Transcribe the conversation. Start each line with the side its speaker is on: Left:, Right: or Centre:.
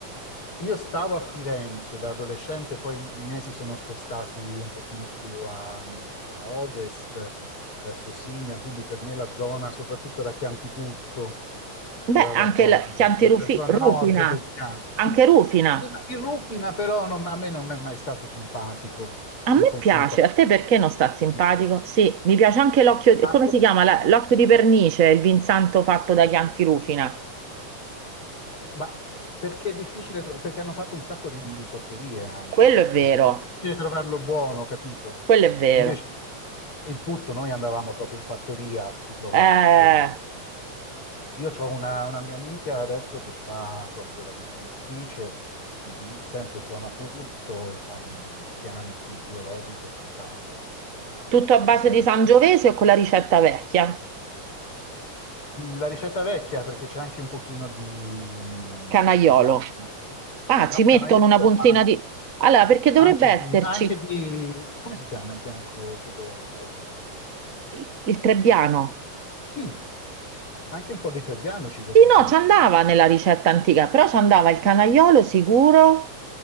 Left: Io stavo a Firenze da adolescente, poi i miei si sono spostati un pochino più a, a ovest, verso Signa, quindi per me la zona soprattutto era Chiantiputto,
Right: Beh,
Left: era la
Right: anche
Left: zona,
Right: il
Left: del-
Right: Chianti
Left: la
Right: Rufi-
Left: zona
Right: Rufina,
Left: nord del Chianti.
Right: anche Rufina.
Left: Il il Rufina però non- a me non è mai stato simpatico
Right: A
Left: in
Right: me
Left: confronto
Right: piace, a te perché non sta simpatico?
Left: a...
Right: Sì, mi piace anche l'occhio,
Left: Ma-
Right: come si chiama? La- L'occhio di pernice, il vinsanto fatto da Chianti Rufina.
Left: Ma perché è difficile trovare, perché hanno fatto un sacco di, di porcherie anche.
Right: Quello
Left: eh.
Right: è vero,
Left: È difficile trovarlo buono, capito?
Right: quello è vero.
Left: Invece il putto, noi andavamo proprio in fattoria, si trovava
Right: Eh,
Left: buonissimo. Io ho una, una mia amica adesso che fa proprio la viticoltrice, lì, sempre zona putto, e fa un Chianti biologico fantastico.
Right: tutto a
Left: Fa
Right: base
Left: sia
Right: di Sangiovese o con la ricetta vecchia?
Left: La ricetta vecchia, perché c'è anche un pochino di,
Right: Canaiolo.
Left: di bianco.
Right: Ah,
Left: No,
Right: ci mettono
Left: canagliolo,
Right: una puntina
Left: ma
Right: di... Allora, perché dovrebbe
Left: anche
Right: esserci
Left: di, anche di... Come si chiama il bianco, quello povero?
Right: il il Trebbiano?
Left: Mm, anche un po' di trebbiano ci vorrebbe
Right: Sì, no,
Left: nel
Right: ci andava
Left: chianto.
Right: nella ricetta antica, però ci andava il canaiolo sicuro,